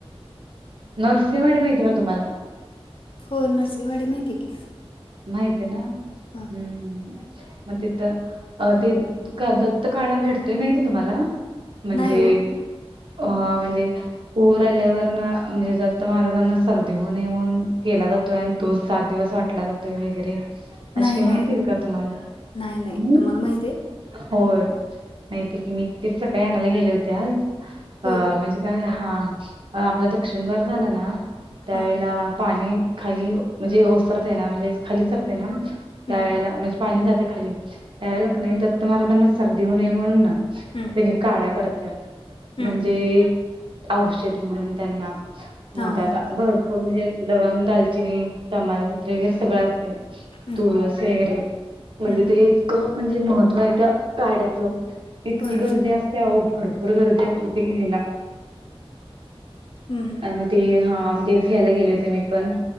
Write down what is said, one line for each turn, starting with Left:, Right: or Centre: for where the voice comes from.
Right: नरसिंहवाडी माहिती आहे का तुम्हाला?
Left: हो नरसिंहवाडी माहिती की.
Right: माहिती ये ना,
Left: हा
Right: हम्म. मग तिथं, ते दत्त काढा भेटतोय माहितीये तुम्हाला? म्हणजे.
Left: नाही हो
Right: अ म्हणजे. पुर आल्यावर ना, म्हणजे दत्ता महाराजांना सर्दी होऊ नये म्हणून केला जातोय, आणि तो सात दिवस वाटला जातोय वगैरे. अशे
Left: नाही
Right: किनय
Left: मिळत
Right: तिरका तुम्हाला
Left: नाही नाही
Right: हम.
Left: तुम्हाला माहिती आहे
Right: होय माती की मी तेच सकाळी आणायला गेले होते आज अ
Left: होय
Right: म्हणजे काय हा आपलं दक्षिणद्वार झाला ना त्यावेेळेला
Left: हा
Right: पाणी खाली म्हणजे ओसरते ना म्हणजे खाली सरते ना त्यावेेळेला
Left: हम्म
Right: म्हणजे पाणी जातयं खाली, त्यावेळेला कनय दत्त महारांना सर्दी होऊ नये म्हणून ना.
Left: हम्म
Right: काढा करत्यात, म्हणजे
Left: हम्म
Right: औषध म्हणून त्यांना. मग
Left: हा
Right: त्यात
Left: हा
Right: भरपूर म्हणजे लवंग, दालचिनी, तमालपत्री वगैरे सगळं असतयं.
Left: हम्म
Right: तुळस वगैरे म्हणजे
Left: हम्म हम्म
Right: ते इ म्हणजे महत्त्व आहे तर काड्याच इतकी
Left: होय
Right: गर्दी असते भरपूर गर्दी असते कपिकला
Left: हम्म हम्म
Right: आणि मग ते हा मग तेच घ्यायला गेले होते मी पण